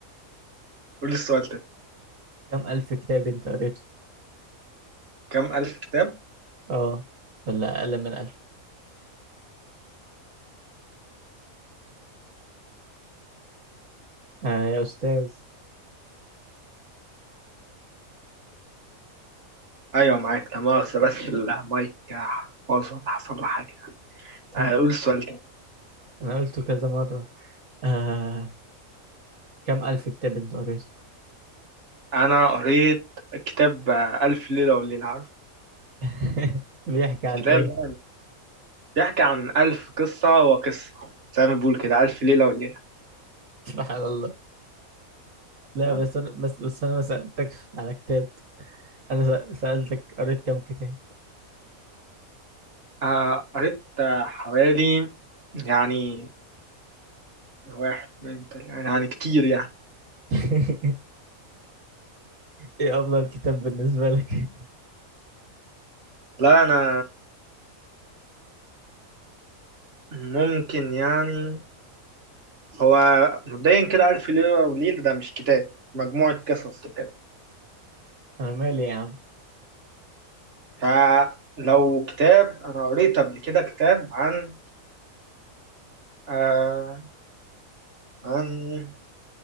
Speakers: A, on the right; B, on the right.
A: قول لي السؤال تاني
B: كم ألف كتاب أنت قريته؟
A: كم ألف كتاب؟
B: آه ولا أقل من ألف؟ آه يا أستاذ
A: أيوة معاك لا مؤاخذة بس المايك باظ ولا حصل له حاجة
B: طيب.
A: آه قول السؤال تاني
B: انا قلته كذا مرة آه كم الف كتاب انت قريته
A: أنا قريت كتاب آه، ألف ليلة وليلة عارف
B: <laughs> بيحكي عن
A: الكتاب
B: ايه
A: ده بيحكي عن ألف قصة وقصة زي ما بيقول كده ألف ليلة وليلة
B: <laughs> سبحان الله لا
A: تمام؟
B: بس انا بس بس انا ما سألتكش على كتاب انا سأ- سألتك قريت كم كتاب
A: آه قريت آه، حوالي يعني واحد اتنين تلاتة يعني كتير يعني
B: <laughs> ايه افضل كتاب بالنسبة لك
A: لا أنا ممكن يعني هو مبدئيا كده ألف ليلة وليلة ده مش كتاب مجموعة قصص وكده
B: انا مالي يا عم
A: فلو كتاب أنا قريت قبل كده كتاب عن آه عن